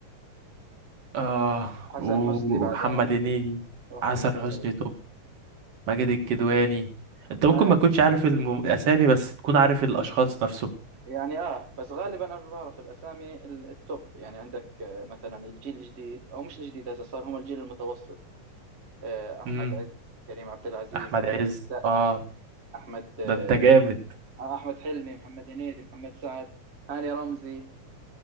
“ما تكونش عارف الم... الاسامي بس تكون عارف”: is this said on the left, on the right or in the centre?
Right